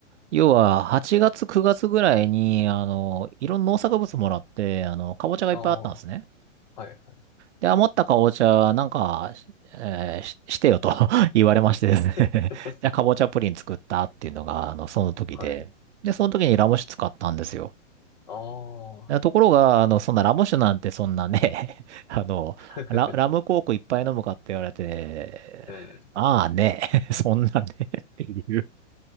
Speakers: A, on the right; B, on the left.
A: 要は、8月、9月ぐらいに、あの、いろんな農作物もらって、あの、かぼちゃがいっぱいあったんですね。
B: ああ、はい。
A: で、余ったかぼちゃ、なんか、えーし、してよと <laughs> 言われましてですね
B: <laughs>
A: <laughs> じゃあ、かぼちゃプリン作ったっていうのが、あの、その時で。
B: はい。
A: で、その時にラム酒使ったんですよ。
B: ああ。
A: あところが、あの、そんなラム酒なんてそんなね、<laughs> あの、
B: <laughs>
A: ラ、ラムコークいっぱい飲むかって言われて、
B: うん。
A: ああね、<laughs> そんなね <laughs> っていう